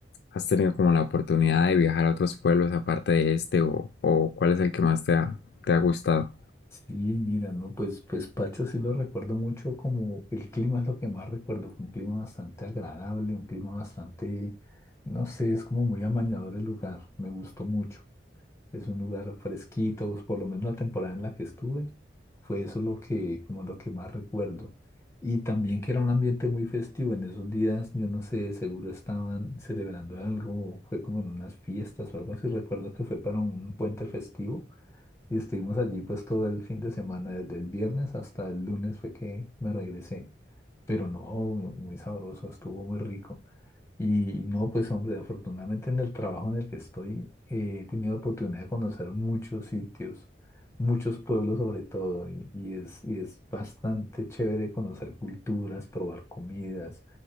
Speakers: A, on the left; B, on the left.
A: has tenido como la oportunidad de viajar a otros pueblos aparte de este o, o cuál es el que más te ha, te ha gustado.
B: Sí, mira, no, pues, pues Pacha sí lo recuerdo mucho como el clima es lo que más recuerdo, fue un clima bastante agradable, un clima bastante, no sé, es como muy amañador el lugar, me gustó mucho. Es un lugar fresquito, pues por lo menos la temporada en la que estuve, fue eso lo que, como lo que más recuerdo. Y también que era un ambiente muy festivo. En esos días, yo no sé, seguro estaban celebrando algo, fue como en unas fiestas o algo así. Recuerdo que fue para un puente festivo y estuvimos allí pues todo el fin de semana, desde el viernes hasta el lunes fue que me regresé. Pero no, muy sabroso, estuvo muy rico. Y, y no, pues hombre, afortunadamente en el trabajo en el que estoy eh, he tenido oportunidad de conocer muchos sitios, muchos pueblos sobre todo, y, y es, y es bastante chévere conocer culturas, probar comidas